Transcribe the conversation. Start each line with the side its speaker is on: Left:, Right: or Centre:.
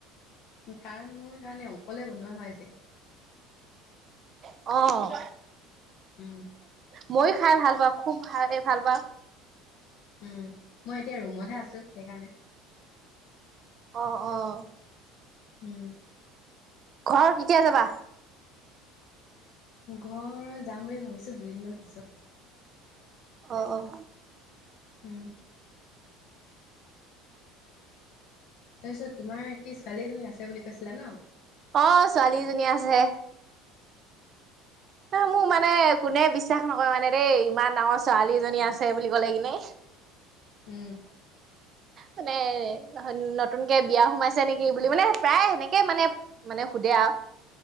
Left: কাৰণ মোৰ কাৰণে অকলে বনোৱা হয় যে।
Right: অ'।
Left: উম।
Right: মইও খাই ভাল পাওঁ, খুব খাই ভাল পাওঁ।
Left: উম, মই এতিয়া ৰুমতহে আছোঁ সেইকাৰণে।
Right: অ', অ'।
Left: উম।
Right: ঘৰত কেতিয়া যাবা?
Left: ঘৰ যাম বুলি ভাবিছোঁ দুদিনমান পিছত।
Right: অ', অ'।
Left: উম। তাৰ পিছত তোমাৰ কি ছোৱালী এজনী আছে বুলি কৈছিলা ন?
Right: অ', ছোৱালী এজনী আছে। এ মোৰ মানে কোনে বিশ্বাস নকৰে মানে দেই, ইমান ডাঙৰ ছোৱালী এজনী আছে বুলি ক'লে কি নে।
Left: উম।
Right: মানে নতুনকে বিয়া সোমাইছে নেকি বুলি মানে প্ৰায় সেনেকে মানে মানে সোধে আৰু